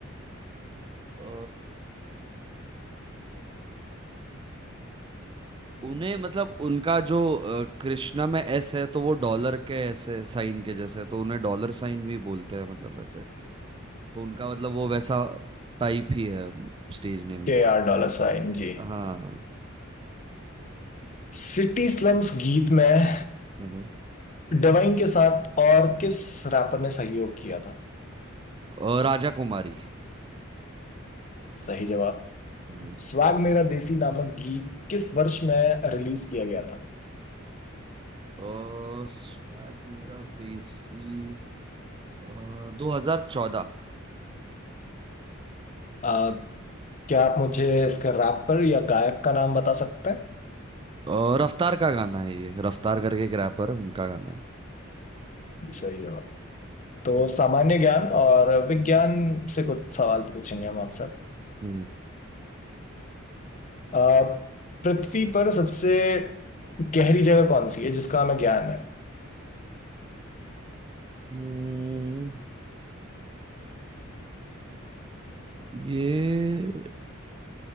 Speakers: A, on the right; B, on the left.
A: अ, उन्हें मतलब उनका जो अ, कृष्णा में एस है तो वो डॉलर के ऐसे साइन के जैसे है तो उन्हें डॉलर साइन भी बोलते हैं मतलब वैसे तो उनका मतलब वो वैसा टाइप ही है स्टेज नेम
B: के
A: का
B: आर डॉलर साइन जी
A: हाँ
B: सिटी स्लम्स गीत में
A: हम्म।
B: डिवाइन के साथ और किस रैपर ने सहयोग किया था
A: और राजा कुमारी
B: सही जवाब
A: हम्म।
B: स्वैग मेरा देसी नामक गीत किस वर्ष में रिलीज किया गया था
A: और स्वैग मेरा देसी दो हजार चौदह
B: आ, क्या आप मुझे इसके रैपर या गायक का नाम बता सकते हैं
A: और रफ्तार का गाना है ये रफ्तार करके एक रैपर है उनका गाना है
B: सही जवाब तो
A: हम्म,
B: सामान्य ज्ञान और विज्ञान से कुछ सवाल पूछेंगे हम आपसे
A: हम्म
B: आ, पृथ्वी पर सबसे गहरी जगह कौन सी है जिसका हमें ज्ञान है
A: हम्म, ये